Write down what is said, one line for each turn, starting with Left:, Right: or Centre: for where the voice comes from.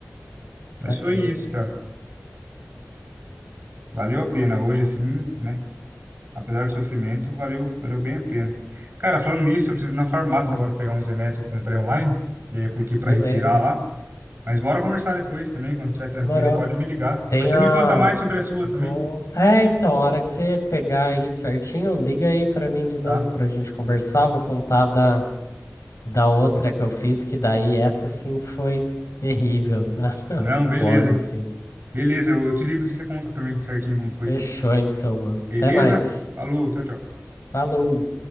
Left: Saquei.
Right: Mas foi isso, cara. Valeu a pena. Hoje, assim, né? Apesar do sofrimento, valeu, valeu bem a pena. Cara, falando nisso, eu preciso ir na farmácia
Left: Hum.
Right: agora pegar uns remédios que eu comprei online. E aí eu coloquei pra
Left: Beleza.
Right: retirar lá. Mas bora conversar depois também, quando estiver tranquilo,
Left: Demorou.
Right: aí pode me ligar.
Left: Tem
Right: Depois você
Left: a.
Right: me conta mais sobre a sua
Left: Vou.
Right: também,
Left: É, então, a hora que você pegar aí certinho, liga aí pra mim de novo
Right: tá?
Left: pra gente conversar. Vou contar da, da outra que eu fiz, que daí essa sim foi terrível, tá? <laughs>
Right: Não,
Left: O
Right: beleza.
Left: pós, assim.
Right: Beleza, eu, eu te ligo se você conta pra mim certinho como foi.
Left: Fechou então, mano.
Right: Beleza?
Left: Até mais.
Right: Alô, tchau, tchau.
Left: Falou!